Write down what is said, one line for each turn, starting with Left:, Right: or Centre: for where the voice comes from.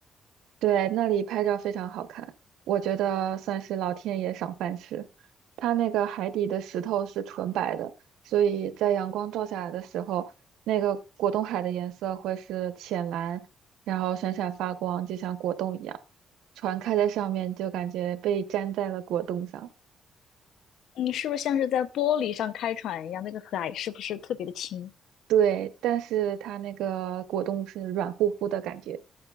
Right: 对，那里拍照非常好看，我觉得算是老天爷赏饭吃。它那个海底的石头是纯白的，所以在阳光照下来的时候，那个果冻海的颜色会是浅蓝，然后闪闪发光，就像果冻一样。船开在上面，就感觉被粘在了果冻上。
Left: 嗯，是不是像是在玻璃上开船一样？那个海是不是特别的清？
Right: 对，但是它那个果冻是软乎乎的感觉，